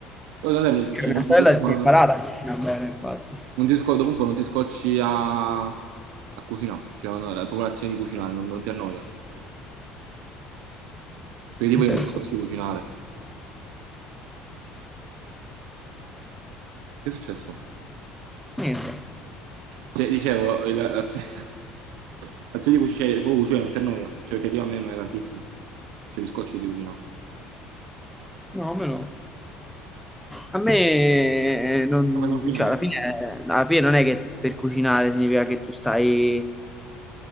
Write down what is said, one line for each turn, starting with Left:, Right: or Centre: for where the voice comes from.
Right: Poi, vabbè, non-
Centre: Cioè,
Right: cioè,
Centre: mia
Right: dopo,
Centre: sorella
Right: un
Centre: si
Right: po'
Centre: è imparata a cucinare bene, infatti.
Right: non ti, sco- dopo un po' non ti scocci a, a cucinare, cioè no, la popolazione di cucinare, non, non ti annoia. Perché
Centre: In che
Right: tipo
Centre: senso?
Right: io mi scoccio di cucinare. Che è successo?
Centre: Niente.
Right: Cioè, dicevo, il- l'azione <laughs> l'azione di cucinare, cioè, proprio cucinare non ti annoia, cioè perché io a me non è tantissimo. Cioè mi scoccio di cucinare.
Centre: No, a me no. A me eh, non,
Right: Lo fai
Centre: non-
Right: tranquillamente.
Centre: cioè, alla fine, alla fine non è che per cucinare significa che tu stai